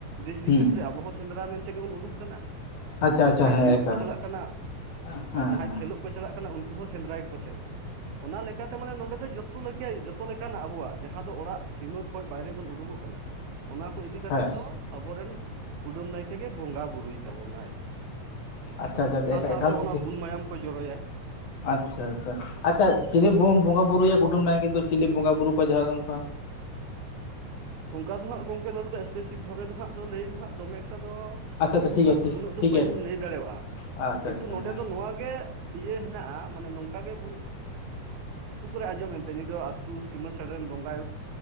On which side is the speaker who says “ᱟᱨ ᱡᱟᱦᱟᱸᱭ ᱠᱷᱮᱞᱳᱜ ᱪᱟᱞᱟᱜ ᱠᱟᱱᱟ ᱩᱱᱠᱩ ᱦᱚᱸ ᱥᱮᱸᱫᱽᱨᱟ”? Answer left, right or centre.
Right